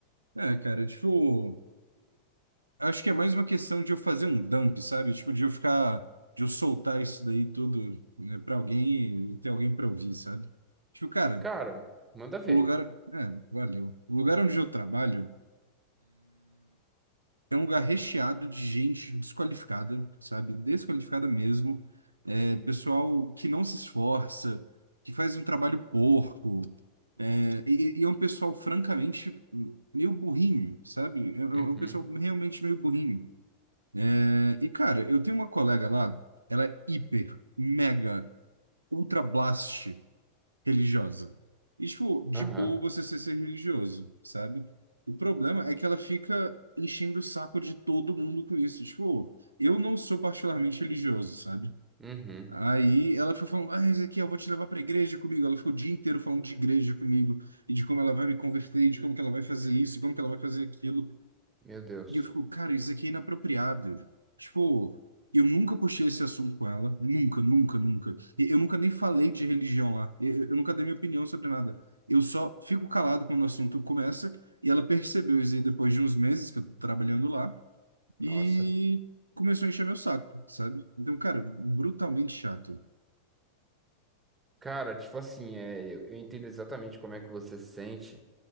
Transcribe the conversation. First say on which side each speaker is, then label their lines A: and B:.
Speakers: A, on the right; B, on the right.
A: É, cara, tipo. Acho que é mais uma questão de eu fazer um dump, sabe? Tipo, de eu ficar, de eu soltar isso daí tudo, né, pra alguém e ter alguém pra ouvir, sabe? Tipo, cara,
B: Cara, manda ver.
A: o lugar. É, valeu. O lugar onde eu trabalho é um lugar recheado de gente desqualificada, sabe? Desqualificada mesmo. É,
B: Uhum,
A: pessoal que não se esforça, que faz um trabalho porco. É, e, e é um pessoal, francamente, meio burrinho, sabe? É, é um
B: uhum,
A: pessoal realmente meio burrinho. É, e, cara, eu tenho uma colega lá, ela é hiper, mega, ultra blast religiosa. E, tipo, de
B: aham,
A: boa você ser, ser religioso, sabe? O problema é que ela fica enchendo o saco de todo mundo com isso. Tipo, eu não sou particularmente religioso, sabe?
B: uhum,
A: Aí ela ficou falando, ah, Ezequiel, eu vou te levar pra igreja comigo. Ela ficou o dia inteiro falando de igreja comigo e de como ela vai me converter, e de como que ela vai fazer isso, e como que ela vai fazer aquilo.
B: meu Deus.
A: E eu fico, cara, isso aqui é inapropriado. Tipo, eu nunca puxei esse assunto com ela. Nunca, nunca, nunca. E Eu nunca nem falei de religião lá. Eu, eu nunca dei minha opinião sobre nada. Eu só fico calado quando o assunto começa. E ela percebeu isso aí depois de uns meses que eu tô trabalhando lá.
B: Nossa.
A: E começou a encher meu saco, sabe? Então, cara, brutalmente chato.
B: Cara, tipo assim, é, eu, eu entendo exatamente como é que você se sente,